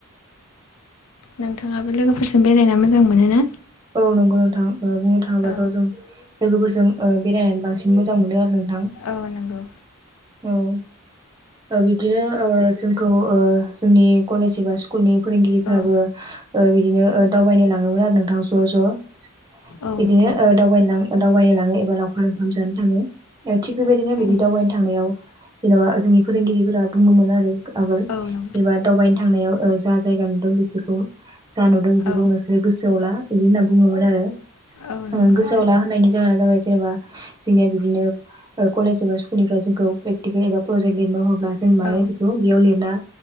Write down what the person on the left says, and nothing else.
नोंथाङाबो लोगोफोरजों बेरायना मोजां मोनो ना।
औ
औ नंगौ
औ
औ
नंगौ
औ
नंगौ
औ
औ नंगौ नोंथां
औ